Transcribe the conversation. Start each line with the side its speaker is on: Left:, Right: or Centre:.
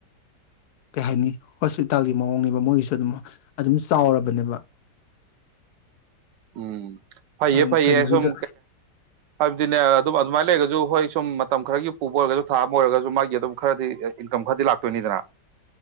Left: ꯀꯩ ꯍꯥꯏꯅꯤ ꯍꯣꯁꯄꯤꯇꯥꯜꯒꯤ ꯃꯑꯣꯡꯅꯦꯕ ꯃꯣꯏꯒꯤꯁꯨ ꯑꯗꯨꯝ ꯑꯗꯨꯝ ꯆꯥꯎꯔꯕꯅꯦꯕ
Right: ꯎꯝ ꯐꯩꯌꯦ
Left: ꯑ,
Right: ꯐꯩꯌꯦ
Left: ꯀꯩꯅꯣꯒꯤꯗ
Right: ꯁꯨꯝꯝ ꯍꯥꯏꯕꯗꯤꯅꯦ ꯑꯗꯨꯝ ꯑꯗꯨꯃꯥꯏꯅ ꯂꯩꯔꯒꯁꯨ ꯍꯣꯏ ꯁꯨꯝ ꯃꯇꯝ ꯈꯔꯒꯤ ꯄꯨꯕ ꯑꯣꯏꯔꯒꯁꯨ ꯊꯥ ꯑꯃ ꯑꯣꯏꯔꯒꯁꯨ ꯃꯥꯒꯤ ꯑꯗꯨꯝ ꯈꯔꯗꯤ ꯏꯟꯀꯝ ꯈꯔꯗꯤ ꯂꯥꯛꯇꯣꯏꯅꯤꯗꯅ